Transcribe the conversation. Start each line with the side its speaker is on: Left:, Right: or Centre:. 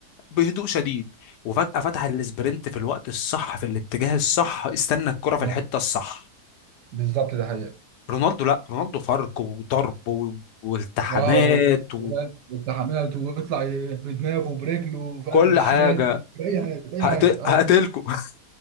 Left: بهدوء شديد وفجاه فتح الاسبرنت في الوقت الصح في الاتجاه الصح استنى الكره في
Right: آه،
Left: الحته الصح
Right: بالظبط ده حقيقة
Left: رونالدو لا رونالدو فرق وضرب و- والتحامات
Right: اه هو- وفاهم والتحامات ويطلع ي- بدماغه برجله فاهم
Left: وكل
Right: بالشمال
Left: حاجه
Right: بأي حاجة بأي
Left: هقت...
Right: حاجة أيوة.
Left: هقتلكوا <laughs>